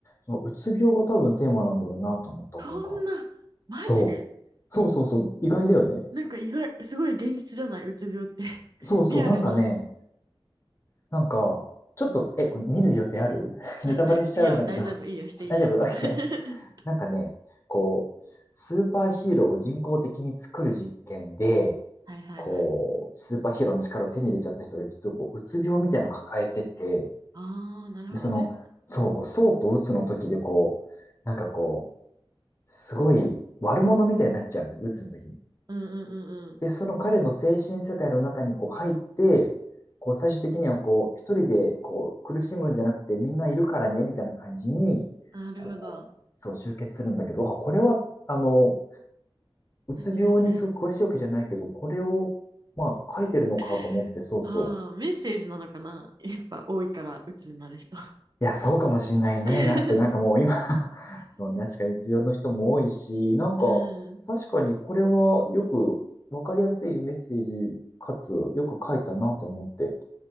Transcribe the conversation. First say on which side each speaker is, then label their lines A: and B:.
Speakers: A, on the left; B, on the right.
A: そのうつ病が多分テーマなんだろうなと思った、
B: そんな、
A: 今回。
B: マジでう
A: そう。そうそうそう。意外だよね。
B: なんか意外、すごい現実じゃないうつ病って。<laughs>
A: そうそう。
B: リアルな。
A: なんかね、なんか、ちょっと、
B: うん。
A: え、これ見る予定ある <laughs>
B: ないない。
A: ネタバレしちゃうんだけど
B: いいよ、大丈夫。
A: <laughs>
B: いいよ、していいよ。
A: 大丈夫 ?OK。
B: <laughs>
A: なんかね、こう、スーパーヒーローを人工的に作る実験で、
B: はいはいはい。
A: こう、スーパーヒーローの力を手に入れちゃった人が実はこう、うつ病みたいなのを抱えてて、
B: ああ、なるほどね。
A: で、その、そう、こう、そうとうつの時でこう、なんかこう、すごい悪者みたいになっちゃうのね、うつの時に。
B: うんうんうんうん。
A: で、その彼の精神世界の中にこう入って、こう最終的にはこう、一人でこう苦しむんじゃなくてみんないるからね、みたいな感じに、
B: なるほど。
A: こう、そう集結するんだけど、あ、これは、あの、うつ病にすごく詳しいわけじゃないけど、
B: 何それ。
A: これを、まあ、書いてるのかと思って、
B: <laughs>
A: そうそう。
B: ああ、メッセージなのかな <laughs> やっぱ多いから、鬱になる人。
A: いや、そうかもしんないね。
B: <laughs>
A: なんてなんかもう今 <laughs> そう、ね確かにうつ病の人も多いし、なんか確かにこれはよくわかりやすいメッセージかつよく書いたなと思って。
B: うん。